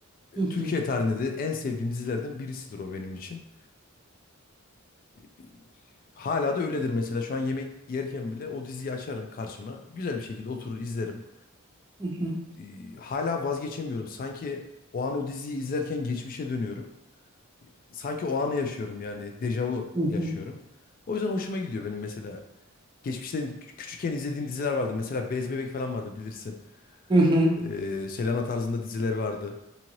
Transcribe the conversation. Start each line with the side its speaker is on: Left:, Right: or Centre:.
Left: E,
Right: Hı
Left: Türkiye
Right: hı.
Left: tarihinde de en sevdiğim dizilerden birisidir o benim için. E, e, Hala da öyledir mesela. Şu an yemek yerken bile o diziyi açarım karşıma. Güzel bir şekilde oturur izlerim.
Right: Hı hı.
Left: E, Hala vazgeçemiyorum. Sanki o an o diziyi izlerken geçmişe dönüyorum. Sanki o anı yaşıyorum yani. Dejavu
Right: Hı
Left: yaşıyorum.
Right: hı.
Left: O yüzden hoşuma gidiyor benim mesela. Geçmişten kü- küçükken izlediğim diziler vardı. Mesela Bez Bebek falan vardı bilirsin.
Right: Hı hı.
Left: E, Selena tarzında diziler vardı.